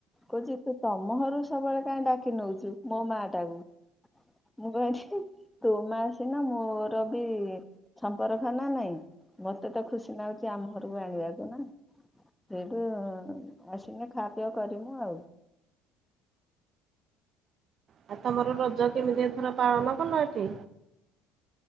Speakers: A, in the centre; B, on the right.
A: କହୁଛି ତୁ ତମ ଘରୁ ସବୁବେଳେ କାହିଁ ଡାକି ନଉଛୁ ମୋ ମା ଟାକୁ ମୁଁ କହନି ତୋ ମା ସିନା ମୋର ବି ସମ୍ପର୍କ ନା ନାଇଁ ମତେ ତ ଖୁସି ନାଗୁଛି। ଆମ ଘରକୁ ଆଣିବାକୁ ସେଇଠୁ ଆସିଲେ ଖା ପିଅ କରିମୁ ଆଉ
B: ଆଉ ତମର ରଜ କେମିତି ଏଥର ପାଳନ କଲ ହେଠି?